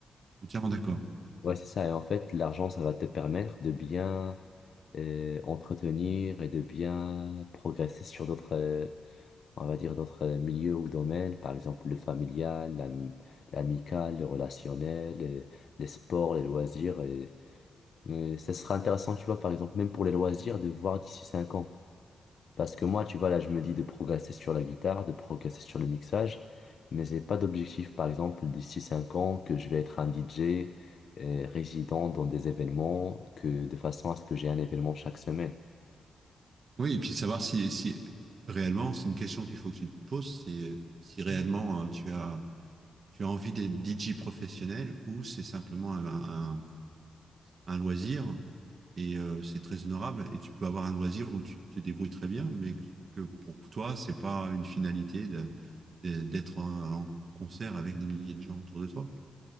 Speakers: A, on the right (about 45°); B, on the left (about 55°).
A: je suis entièrement d'accord.
B: ouais, c'est ça. Et en fait, l'argent, ça va te permettre de bien euh, entretenir et de bien progresser sur d'autres, euh, on va dire, d'autres euh, milieux ou domaines, par exemple le familial, l'am- l'amical, le relationnel, euh, les sports, les loisirs. Et, et ça sera intéressant, tu vois, par exemple, même pour les loisirs, de voir d'ici cinq ans. Parce que moi, tu vois, là, je me dis de progresser sur la guitare, de progresser sur le mixage, mais j'ai pas d'objectif, par exemple, d'ici cinq ans, que je vais être un DJ euh, résident dans des événements, que de façon à ce que j'ai un événement chaque semaine.
A: Oui, et puis savoir si, si réellement, c'est une question qu'il faut que tu te poses, si, si réellement euh, tu as tu as envie d'être DJ professionnel ou c'est simplement un, un- un loisir et euh, c'est très honorable et tu peux avoir un loisir où tu te débrouilles très bien, mais que pour toi, c'est pas une finalité de- de- d'être en, en concert avec des milliers de gens autour de toi.